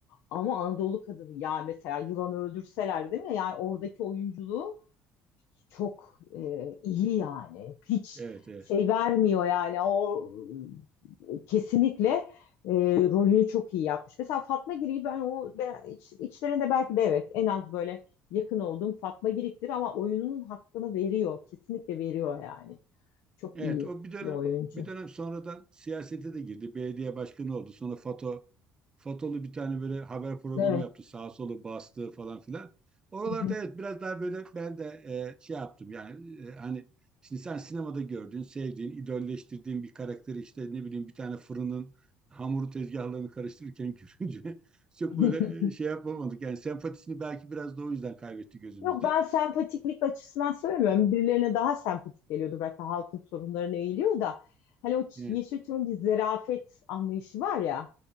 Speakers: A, on the left (about 75°); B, on the right (about 20°).
A: Ama Anadolu kadını ya mesela yılanı öldürseler değil mi? Yani oradaki oyunculuğu Çok e, iyi yani. Hiç
B: Evet evet.
A: şey vermiyor yani. O e, kesinlikle e, rolünü çok iyi yapmış. Mesela Fatma Girik'i ben o ben, iç- içlerinde belki de evet en az böyle yakın olduğum Fatma Girik'tir ama oyununun hakkını veriyor. Kesinlikle veriyor yani. Çok
B: Evet
A: iyi
B: o bir dönem
A: bir oyuncu.
B: bir dönem sonradan siyasete de girdi. Belediye başkanı oldu. Sonra FATO Fatolu bir tane böyle haber programı
A: Evet.
B: yaptı. sağ solu bastı falan filan. Oralarda
A: Hı hı.
B: evet biraz daha böyle ben de e, şey yaptım yani e, hani şimdi sen sinemada gördüğün, sevdiğin, idolleştirdiğin bir karakteri işte ne bileyim bir tane fırının hamuru tezgahlarını karıştırırken <laughs> görünce çok
A: <laughs>
B: böyle e, şey yapamadık. Yani sempatisini belki biraz da o yüzden kaybetti gözümüzde.
A: Yok ben sempatiklik açısından söylemiyorum. Birilerine daha sempatik geliyordur. Belki halkın sorunlarına eğiliyor da. Hani o Ç-
B: Evet,
A: Yeşilçam'ın bir zerafet anlayışı var ya.